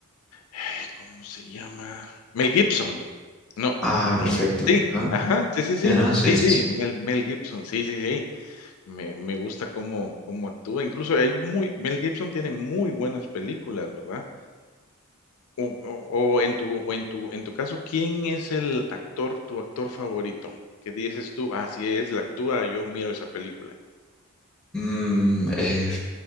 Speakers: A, on the left; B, in the centre.
A: ay, ¿cómo se llama? Mel Gibson. No,
B: Ah,
A: no,
B: perfecto.
A: sí,
B: Ah,
A: ajá, sí, sí,
B: Sí,
A: sí,
B: ¿no? Sí,
A: sí,
B: sí,
A: sí,
B: sí.
A: Mel Mel Gibson, sí, sí, sí, me me gusta cómo cómo actúa, incluso hay muy Mel Gibson tiene muy buenas películas, ¿verdad? O o o en tu o en tu en tu caso, ¿quién es el actor, tu actor favorito? ¿Qué dices tú: "Ah, si él actúa, yo miro esa película".
B: Mm, eh,